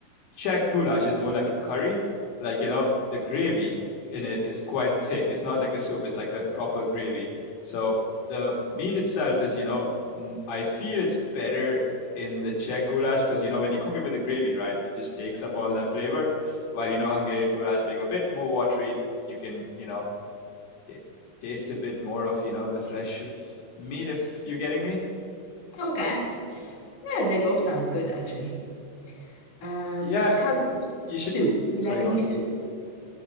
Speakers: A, on the left (about 70°); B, on the left (about 40°).
A: Czech goulash is more like a curry. Like, you know, the gravy in it is quite thick. It's not like a soup, it's like a proper gravy. So the meat itself is, you know, mm, I feel it's better in the Czech goulash because, you know, when you cook it with the gravy, right, it just takes up all that flavor. While, you know, Hungarian goulash being a bit more watery, you can, you know, t- taste a bit more of, you know, the flesh of the meat, if you're getting me.
B: Okay, yeah, they both sounds good actually. Um,
A: Yeah,
B: how about s-
A: you should.
B: soups? Do you
A: Sorry,
B: like
A: go
B: any
A: on.
B: soup?